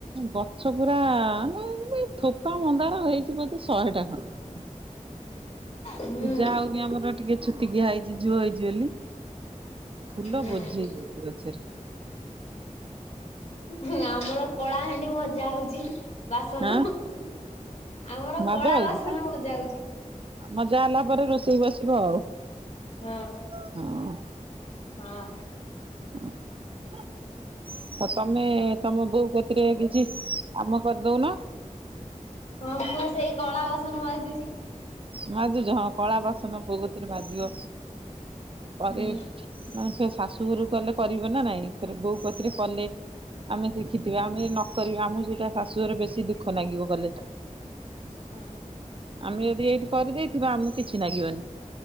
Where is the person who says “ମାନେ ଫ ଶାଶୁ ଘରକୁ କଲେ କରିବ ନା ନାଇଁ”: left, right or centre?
Right